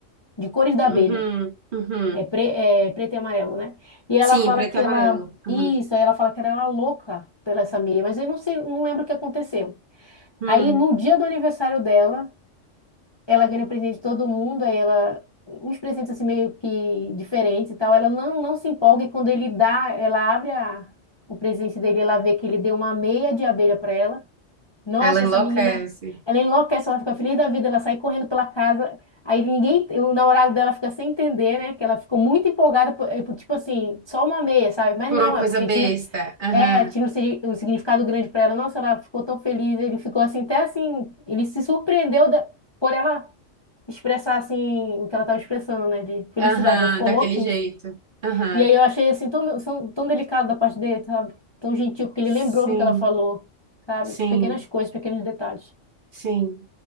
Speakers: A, on the left; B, on the right.
A: de cores da
B: uhum,
A: abelha.
B: uhum.
A: É, pre- é preto e amarelo, né? E ela
B: Sim,
A: fala
B: preto
A: que
B: e amarelo.
A: ela.
B: Uhum,
A: Isso, aí ela fala que era ela louca pela essa meia, mas eu não sei, não lembro o que aconteceu.
B: uhum.
A: Aí no dia do aniversário dela, ela ganha presente de todo mundo, aí ela. Uns presentes assim meio que diferentes e tal. Ela não, não se empolga e quando ele dá, ela abre a- o presente dele, ela vê que ele deu uma meia de abelha para ela. Nossa,
B: Ela enlouquece
A: essa menina, ela enlouquece, ela fica feliz da vida, ela sai correndo pela casa. Aí ninguém, o namorado dela fica sem entender, né? Que ela ficou muito empolgada, por, eh, por, tipo assim, só uma meia, sabe? Mas
B: por
A: não,
B: uma coisa
A: é porque
B: besta.
A: tinha,
B: Aham,
A: é, tinha um, sig- um significado grande pra ela. Nossa, ela ficou tão feliz, ele ficou assim, até assim, ele se surpreendeu da- por ela expressar assim o que ela tava expressando, né? De felicidade,
B: aham,
A: ela ficou
B: daquele
A: louquinha.
B: jeito. Aham.
A: E aí eu achei assim tão, são- tão delicado da parte dele, sabe? Tão gentil, porque ele
B: Sim,
A: lembrou do que ela falou, sabe?
B: sim,
A: Pequenas coisas, pequenos detalhes.
B: sim.